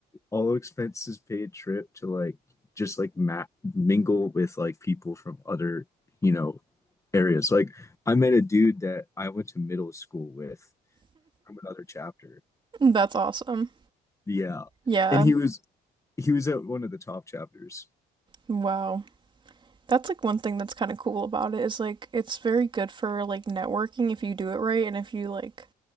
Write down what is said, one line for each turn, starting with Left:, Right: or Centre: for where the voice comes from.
Left: all expenses paid trip to like just like ma- mingle with like people from other, you know, areas. Like I met a dude that I went to middle school with from another chapter.
Right: That's awesome.
Left: Yeah.
Right: Yeah.
Left: And he was he was at one of the top chapters.
Right: Wow. That's like one thing that's kind of cool about it is like it's very good for like networking if you do it right and if you like